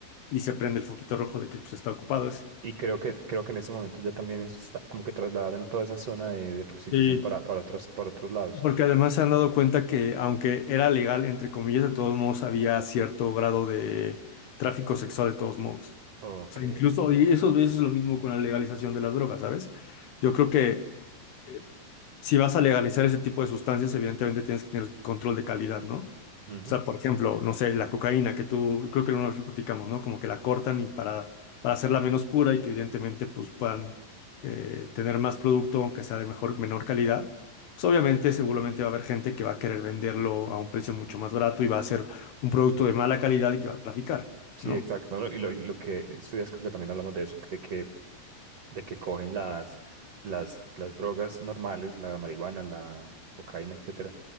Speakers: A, on the left; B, on the right.
A: y se prende el foquito rojo de que pues está ocupado ese.
B: Y creo que, creo que en este momento ya también eso está, como que trasladaron toda esa zona de, de prostitución
A: Sí,
B: para, para otros, para otros lados.
A: porque además se han dado cuenta que aunque era legal, entre comillas, de todos modos había cierto grado de tráfico sexual de todos modos.
B: Ok.
A: O sea, incluso, y eso, eso es lo mismo con la legalización de las drogas, ¿sabes? Yo creo que eh, si vas a legalizar ese tipo de sustancias, evidentemente tienes que tener control de calidad, ¿no?
B: Ujú.
A: O sea, por ejemplo, no sé, la cocaína, que tú, creo que una vez lo platicamos, ¿no? Como que la cortan y para, para hacerla menos pura y que evidentemente pues puedan eh, tener más producto, aunque sea de mejor, menor calidad. Pues obviamente, seguramente va a haber gente que va a querer venderlo a un precio mucho más barato y va a ser un producto de mala calidad y que va a traficar,
B: Sí,
A: ¿no?
B: exacto. ¿no? Y lo, y lo que estudias, creo que también hablamos de eso, de que, de que cogen las, las, las drogas normales, la marihuana, la cocaína, etcétera,